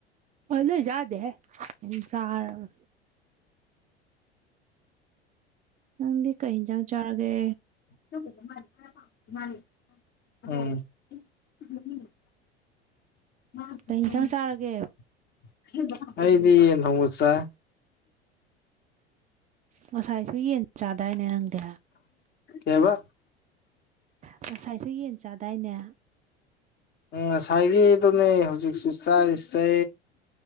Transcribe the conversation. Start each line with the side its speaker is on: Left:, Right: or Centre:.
Right: ꯑꯇꯩ ꯆꯥꯗꯦꯍ‌ꯦ ꯑꯗꯨ ꯆꯥꯔꯒ ꯅꯪꯗꯤ ꯀꯩ ꯌꯦꯟꯖꯥꯡ ꯆꯥꯔꯒꯦ
Left: ꯎꯝ <inaudible>
Right: ꯀꯩ ꯌꯦꯟꯁꯥꯡ ꯆꯥꯔꯒꯦ
Left: ꯑꯩꯗꯤ ꯌꯦꯟ ꯊꯣꯡꯕ ꯆꯥꯏ
Right: ꯉꯁꯥꯏꯁꯨ ꯌꯦꯟ ꯆꯥꯗꯥꯏꯅꯦ ꯅꯪꯗꯤ
Left: ꯀꯩ‌ ꯍꯥꯏꯕ
Right: ꯉꯁꯥꯏꯁꯨ ꯌꯦꯟ ꯆꯥꯗꯥꯏꯅꯦ
Left: ꯎꯝ ꯉꯁꯥꯏꯒꯤ ꯑꯗꯨꯅꯦ ꯍꯧꯖꯤꯛꯁꯨ ꯆꯥꯔꯤ ꯁꯦ